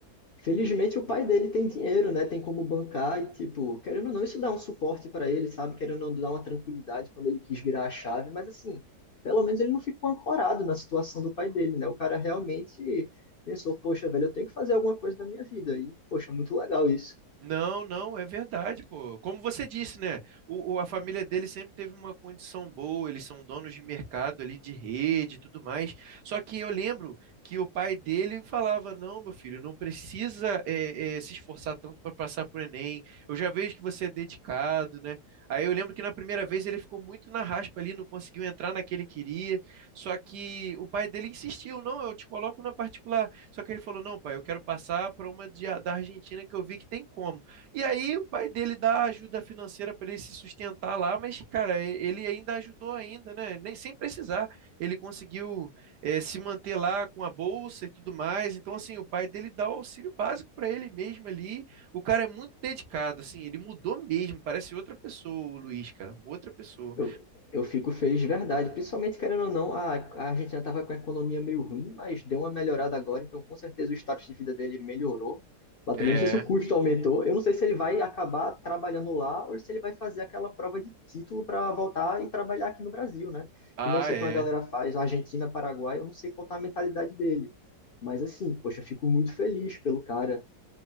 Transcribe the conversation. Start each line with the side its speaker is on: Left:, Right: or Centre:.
Left: Felizmente o pai dele tem dinheiro, né? Tem como bancar e, tipo, querendo ou não, isso dá um suporte pra ele, sabe? Querendo ou não, dá uma tranquilidade quando ele quis virar a chave, mas assim, pelo menos ele não ficou ancorado na situação do pai dele, né? O cara realmente pensou, poxa, velho, eu tenho que fazer alguma coisa da minha vida. E, poxa, muito legal isso.
Right: Não, não, é verdade, pô. Como você disse, né? O, o- a família dele sempre teve uma condição boa, eles são donos de mercado ali, de rede e tudo mais. Só que eu lembro que o pai dele falava: Não, meu filho, não precisa eh, eh, se esforçar tanto para passar pro Enem. Eu já vejo que você é dedicado, né? Aí eu lembro que na primeira vez ele ficou muito na raspa ali, não conseguiu entrar na que ele queria. Só que o pai dele insistiu: Não, eu te coloco na particular. Só que ele falou: não, pai, eu quero passar para uma de, da Argentina que eu vi que tem como. E aí o pai dele dá ajuda financeira para ele se sustentar lá, mas, cara, e- ele ainda ajudou ainda, né? Nem sem precisar. Ele conseguiu é, se manter lá com a bolsa e tudo mais. Então, assim, o pai dele dá o auxílio básico para ele mesmo ali. O cara é muito dedicado, assim, ele mudou mesmo, parece outra pessoa, o Luiz, cara, outra pessoa.
Left: Eu, eu fico feliz de verdade, principalmente querendo ou não, a, a Argentina estava com a economia meio ruim, mas deu uma melhorada agora, então com certeza o status de vida dele melhorou. Lá também
Right: É.
Left: não sei se o custo aumentou, eu não sei se ele vai acabar trabalhando lá ou se ele vai fazer aquela prova de título para voltar e trabalhar aqui no Brasil, né?
Right: Ah,
Left: Que nem eu sei
Right: é.
Left: que uma galera faz, Argentina, Paraguai, eu não sei qual tá a mentalidade dele. Mas assim, poxa, eu fico muito feliz pelo cara.